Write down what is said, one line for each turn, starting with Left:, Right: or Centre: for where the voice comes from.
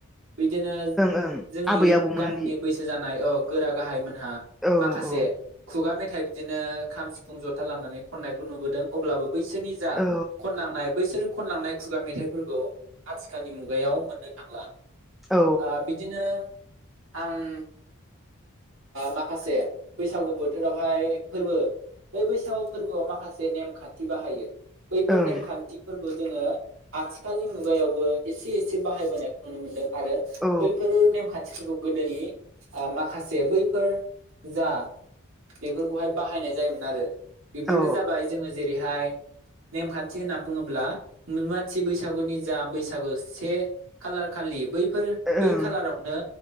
Right: बिदिनो
Centre: ओं
Right: जोंनि
Centre: आबै आबौमोननि
Right: गामिनि बैसो जानाय अ गोरा गाहायमोन आ
Centre: औ
Right: माखासे
Centre: औ
Right: खुगा मेथाइ बिदिनो खाम सिफुं जथा था लानानै खनायखौ नुबोदों अब्लाबो बैसोरनि जा
Centre: औ
Right: खननांनाय बैसोर खनलांनाय खुगा मेथाइफोरखौ आथिखालनि मुगायाव मोननो थांला
Centre: औ
Right: आ बिदिनो आं माखासे बैसागु बोथोरावहाय फोरबो बै बैसागु फोरबोआव माखासे नेमखान्थि बाहायो बैफोर
Centre: ओं
Right: नेमखान्थिफीरखौ जोङो आथिखालनि मुगायावबो एसे एसे बाहायबोनायखौ नुनो मोन्दों आरो
Centre: औ
Right: बैफोर नेमखान्थिफोरखौ गोदोनि माखासे बैफोर जा बेफोरखौहाय बाहायनाय जायोमोन आरो बेफोरनो
Centre: औ
Right: जाबाय जोङो जेरैहाय नेमखान्थि होनना बुङोब्ला मानसि बैसागुनि जा बैसागु से खालार खालि बै बेफोर
Centre: ओं
Right: बै खालारावनो